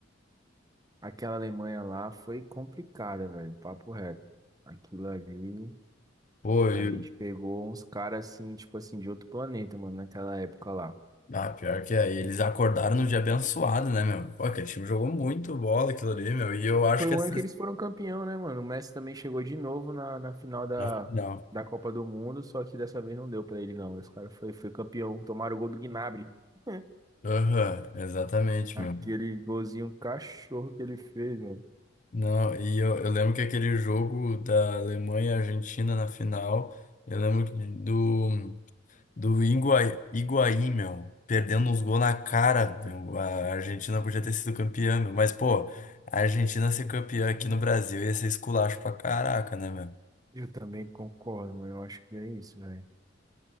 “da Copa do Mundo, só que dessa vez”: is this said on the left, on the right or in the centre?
Right